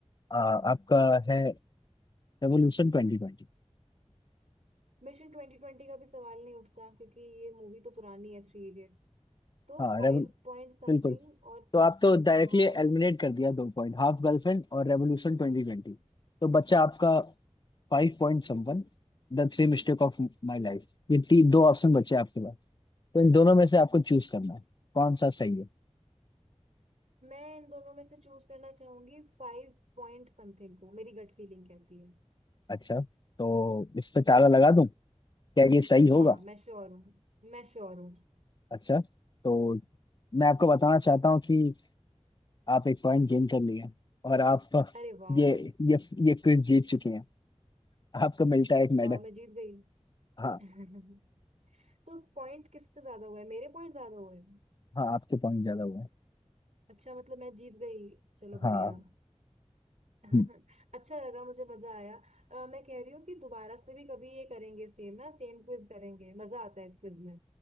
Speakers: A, on the left (about 40°); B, on the right (about 80°).
A: आ, आपका है रेवोल्यूशन ट्वेंटी ट्वेंटी
B: मिशन ट्वेंटी ट्वेंटी का भी सवाल नहीं उठता क्योंकि ये मूवी तो पुरानी है थ्री इडियट्स तो
A: हाँ
B: फाइव
A: रेवोल
B: पॉइंट समथिंग
A: बिल्कुल
B: और
A: तो आप तो डायरेक्टली
B: हाँ
A: एलिमिनेट कर दिया दो पॉइंट हाफ गर्लफ्रेंड और रेवोल्यूशन ट्वेंटी ट्वेंटी तो बच्चा आपका five point someone the three mistake of my life ये तीन दो ऑप्शन बचे हैं आपके पास तो इन दोनों में से आपको चूज करना है कौन सा सही है
B: मैं इन दोनों में से चूज करना चाहूंगी फाइव पॉइंट समथिंग को मेरी गट फीलिंग कहती है
A: अच्छा तो इस पे ताला लगा दूं क्या ये सही होगा
B: हाँ मैं श्योर हूँ मैं श्योर हूँ
A: अच्छा तो मैं आपको बताना चाहता हूँ कि आप एक पॉइंट गेन कर लिए हैं और आप
B: अरे वाह
A: ये ये ये क्विज जीत चुके हैं आपको मिलता है एक मेडल
B: वाह मैं जीत गई
A: हाँ
B: <laughs> तो पॉइंट किसके ज्यादा हुए मेरे पॉइंट ज्यादा हुए
A: हाँ आपके पॉइंट ज्यादा हुए हैं
B: अच्छा मतलब मैं जीत गई चलो बढ़िया
A: हाँ
B: <laughs>
A: हम्म,
B: अच्छा लगा मुझे मजा आया अ, मैं कह रही हूँ कि दोबारा से भी कभी ये करेंगे सेम ना सेम क्विज करेंगे मजा आता है इस क्विज में